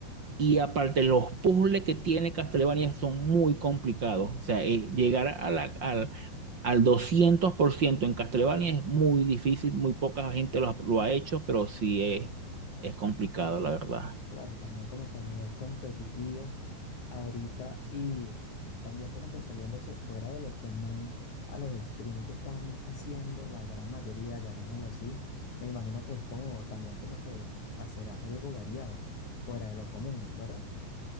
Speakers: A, on the right (about 35°); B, on the left (about 40°).
A: y aparte, los puzzles que tiene Castlevania son muy complicados. O sea, eh, llegar a la- al, al 200% en Castlevania es muy difícil, muy poca gente lo, ha lo ha hecho, pero sí es, es complicado, la verdad.
B: Claro, también como que a nivel competitivo ahorita y también como que saliéndose fuera de lo común a los streams que están haciendo, la gran mayoría, llamémoslo así, me imagino que es como también como que hacer algo variado, fuera de lo común, ¿verdad?